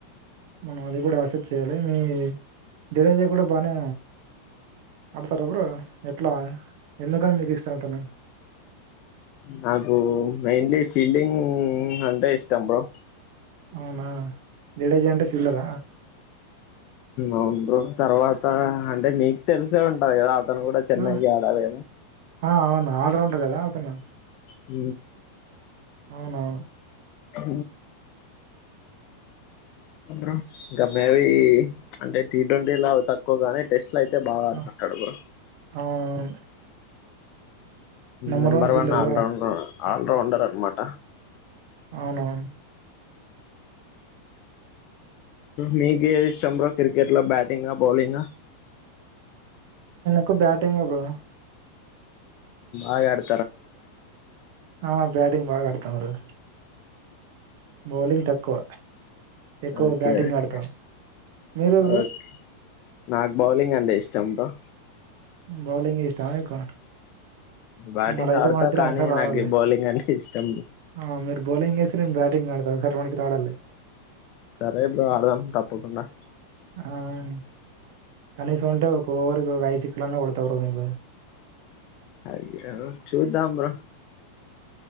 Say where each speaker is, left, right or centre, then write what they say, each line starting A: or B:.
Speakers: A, on the right; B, on the left.
A: మనం అది కూడా యాక్సెప్ట్ చేయాలి మీ జడేజా కూడా బాగా ఆడతార బ్రో ఎట్లా ఎందుకని మీకు ఇష్టము అతను
B: నాకు మైన్లీ ఫీల్డింగ్ అంటే ఇష్టం బ్రో
A: అవునా జడేజా అంత ఫిల్డర్
B: అవును బ్రో తర్వాత అంటే నీకు తెలుసా ఉంటడి అదే అ అతను కూడా కూడా చెన్నైకి
A: ఆ
B: ఆడాలి
A: ఆ అవును ఆల్రౌండర్ కదా ఆతున్నాను
B: హ
A: అవునవును
B: హ అ ఇంమేవి అంటే టీ ట్వంటీ లా తక్కువగానే టెస్ట్ అట్ల అయితే బాగా ఆడుతుంటడు
A: ఆ,
B: బ్ర
A: అవునవును నెంబర్
B: నంబర్
A: ఫీల్డర్
B: వన్ ఆ రాౌ ఆల రాౌండర్ అన్నమాట
A: అవునవును
B: మీకే ఇష్టం బ క్రికెట్ లో బ్యాటింగ్ బౌలింగ్
A: కు బ్యాటింగ్ప్పుడు
B: ఆడ <inaudible>
A: ఆ బ్యాటింగ్ బాగా ఆడుత తారే బౌలింగ్ తక్కువ ఎక్కువ
B: ఓకే
A: బ్యాటింగ్
B: ఓకే
A: ఆడతాం మీరెవరు
B: ఓకే నాకు బౌలింగ్ అంటే ఇష్టం భ
A: బౌలింగ్ ఇష్టా నీకు
B: బ్యాటింగ్
A: మరైతె
B: ఆడతా
A: మా ఇద్దరం
B: కానీ
A: ఒకసారి ఆడాలి
B: నాకు బౌలింగ్ అంటే ఇష్టం
A: ఆ మీరు బౌలింగ్ వేసి నేను బ్యాటింగ్ ఆడతా ర మణ ఆడాల <inaudible>
B: సరే బ్రో ఆడదాం తప్పకుండా
A: ఆన్ కనీసం అంటే ఓక్ ఫోర్ కు ఒక ఐదు సిక్స్ లన్న కొడత బ్రో మీకు
B: అయ్యో చుద్దాం బ్రో